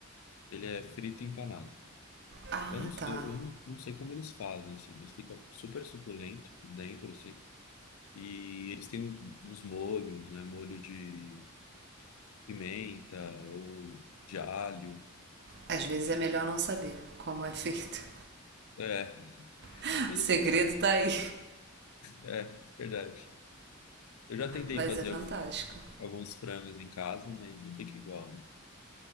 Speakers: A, on the left; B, on the right.
A: ele é frito e empanado.
B: Ah,
A: Eu não,
B: tá.
A: eu, eu não não sei como eles fazem, assim, mas fica super suculento por dentro, assim. E eles têm uns molhos, né? Molho de pimenta ou de alho.
B: Às vezes
A: E-
B: é melhor não saber como é feito.
A: é,
B: <laughs>
A: mas
B: O segredo
A: isso-
B: tá aí.
A: é verdade. Eu já tentei
B: Mas
A: fazer
B: é fantástico.
A: algum- alguns frangos em casa, mas não fica igual.